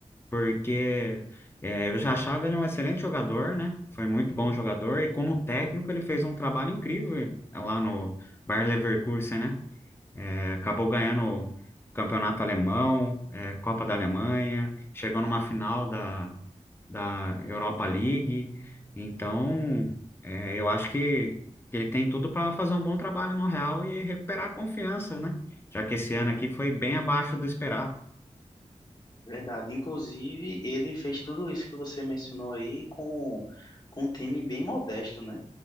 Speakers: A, on the left; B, on the left.
A: porque é, eu já achava ele um excelente jogador, né? Foi muito bom jogador, e como técnico ele fez um trabalho incrível lá no Bayer Leverkusen, né? É, Acabou ganhando o campeonato alemão, eh, Copa da Alemanha, chegou numa final da, da Europa League. Então, eh, eu acho que, que ele tem tudo para fazer um bom trabalho no Real e recuperar a confiança, né? Já que esse ano aqui foi bem abaixo do esperado.
B: Verdade. Inclusive ele fez tudo isso que você mencionou aí com com um time bem modesto, né?